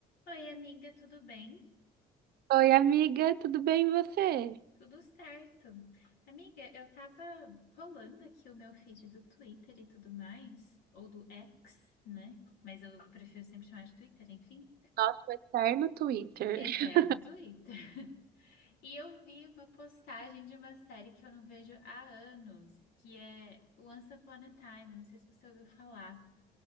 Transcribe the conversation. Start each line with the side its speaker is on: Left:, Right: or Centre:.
Left: Oi, amiga, tudo bem?
Right: Oi, amiga, tudo bem e você?
Left: Tudo certo. Amiga, eu tava rolando aqui o meu feed do Twitter e tudo mais, ou do X, né? Mas eu prefiro sempre chamar de Twitter, enfim.
Right: Nossa, o eterno Twitter.
Left: Eterno
Right: <laughs>
Left: Twitter. <laughs> E eu vi uma postagem de uma série que eu não vejo há anos, que é Once Upon a Time, eu não sei se você ouviu falar.